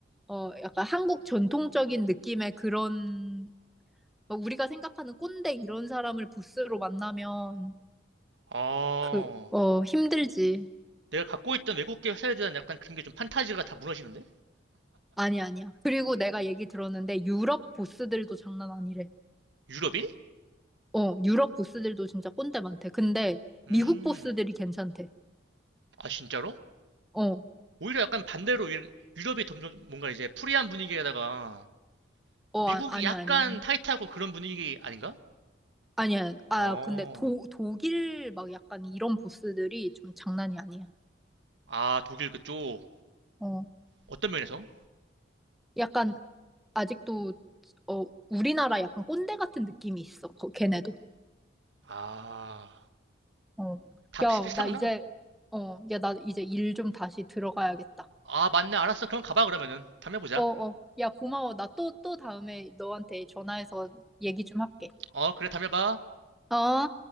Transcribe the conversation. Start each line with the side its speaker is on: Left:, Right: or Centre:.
Centre: 어 약간 한국 전통적인 느낌의 그런 막 우리가 생각하는 꼰대 이런 사람을 부스로 만나면
Right: 어.
Centre: 그, 어, 힘들지.
Right: 내가 갖고 있던 외국계 회사에 대한 약간 그런 게 좀 판타지가 다 무너지는데?
Centre: 아니, 아니야. 그리고 내가 얘기 들었는데 유럽 보스들도 장난 아니래.
Right: 유럽이?
Centre: 어, 유럽 보스들도 진짜 꼰대 많대. 근데
Right: 음,
Centre: 미국 보스들이 괜찮대.
Right: 아, 진짜로?
Centre: 어,
Right: 오히려 약간 반대로 유- 유럽이 점점 뭔가 이제 프리한 분위기에다가
Centre: 어,
Right: 미국이
Centre: 아, 아니,
Right: 약간
Centre: 아니야.
Right: 타이트하고 그런 분위기 아닌가?
Centre: 아니야. 아,
Right: 어,
Centre: 근데 도, 독일 막 약간 이런 보스들이 좀 장난이 아니야.
Right: 아, 독일 그쪽.
Centre: 어,
Right: 어떤 면에서?
Centre: 약간 아직도, 어, 우리나라 약간 꼰대 같은 느낌이 있어. 거- 걔네도.
Right: 아,
Centre: 어,
Right: 다
Centre: 야,
Right: 비슷비슷하구나.
Centre: 나 이제, 어, 야, 나 이제 일 좀 다시 들어가야겠다.
Right: 아, 맞네. 알았어. 그럼 가봐, 그러면은. 담배 보자.
Centre: 어, 어. 야, 고마워. 나 또, 또 다음에 너한테 전화해서 얘기 좀 할게.
Right: 어, 그래, 담배 봐.
Centre: 어?